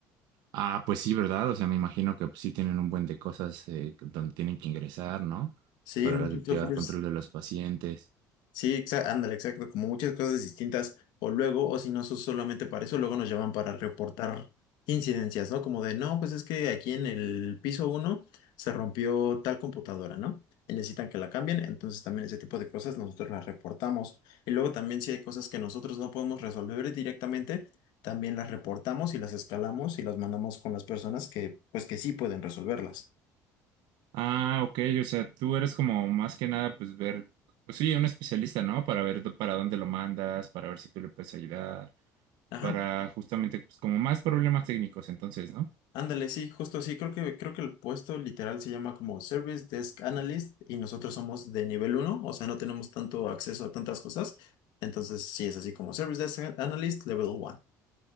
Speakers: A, on the right; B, on the left.
A: Ah, pues sí, ¿verdad? O sea, me imagino que pues, sí tienen un buen de cosas eh, donde tienen que ingresar, ¿no?
B: Sí,
A: Pues, Para
B: muchos
A: la- llevar
B: softwares
A: control de los pacientes.
B: Sí, exa- ándale, exacto, como muchas cosas distintas, o luego, o si no son solamente para eso, luego nos llaman para reportar incidencias, ¿no? Como de, no, pues es que aquí en el piso uno se rompió tal computadora, ¿no? Y necesitan que la cambien, entonces también ese tipo de cosas nosotros las reportamos. Y luego también si hay cosas que nosotros no podemos resolver directamente, también las reportamos y las escalamos y las mandamos con las personas que, pues que sí pueden resolverlas.
A: Ah, ok, o sea, tú eres como más que nada, pues ver, pues sí, un especialista, ¿no? Para ver do- para dónde lo mandas, para ver si tú le puedes ayudar,
B: Ajá.
A: para justamente, pues como más problemas técnicos, entonces, ¿no?
B: Ándale, sí, justo así. Creo que, creo que el puesto literal se llama como Service Desk Analyst y nosotros somos de nivel uno o sea, no tenemos tanto acceso a tantas cosas. Entonces, sí es así como Service Desk Analyst Level 1.